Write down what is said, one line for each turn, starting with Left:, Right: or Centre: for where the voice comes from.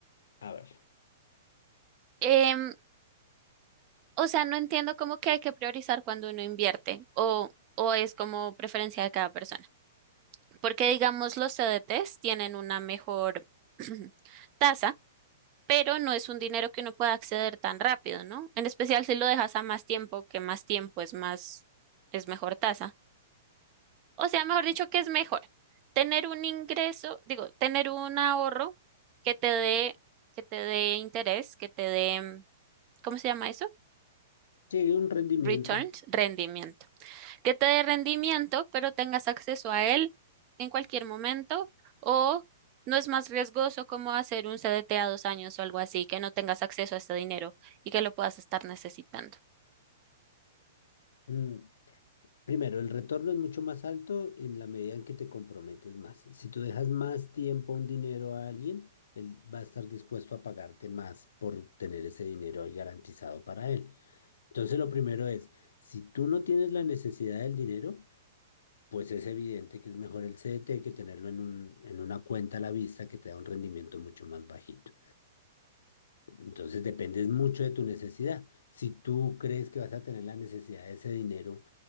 Left: A ver,
Right: Em, o sea, no entiendo cómo que hay que priorizar cuando uno invierte o, o es como preferencia de cada persona. Porque digamos, los CDTs tienen una mejor <clears throat> tasa pero no es un dinero que uno pueda acceder tan rápido, ¿no? En especial si lo dejas a más tiempo, que más tiempo es más, es mejor tasa. O sea, mejor dicho, que es mejor tener un ingreso, digo, tener un ahorro que te dé, que te dé interés, que te dé, ¿cómo se llama eso?
Left: sí, un rendimiento.
Right: Returns, rendimiento. que te dé rendimiento, pero tengas acceso a él en cualquier momento, o no es más riesgoso como hacer un CDT a dos años o algo así, que no tengas acceso a ese dinero y que lo puedas estar necesitando.
Left: Mm, Primero, el retorno es mucho más alto en la medida en que te comprometes más. Si tú dejas más tiempo, un dinero a alguien, él va a estar dispuesto a pagarte más por tener ese dinero ahí garantizado para él. Entonces, lo primero es, si tú no tienes la necesidad del dinero, pues es evidente que es mejor el CDT que tenerlo en un, en una cuenta a la vista que te da un rendimiento mucho más bajito. Entonces dependes mucho de tu necesidad. Si tú crees que vas a tener la necesidad de ese dinero